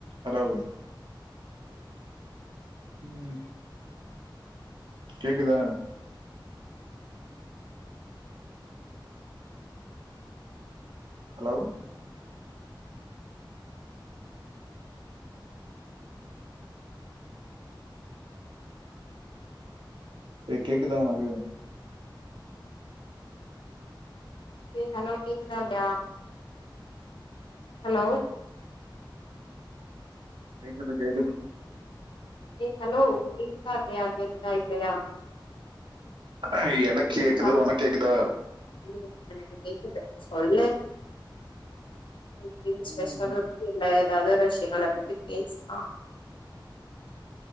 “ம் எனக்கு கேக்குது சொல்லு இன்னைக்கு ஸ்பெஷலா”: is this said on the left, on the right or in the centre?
Left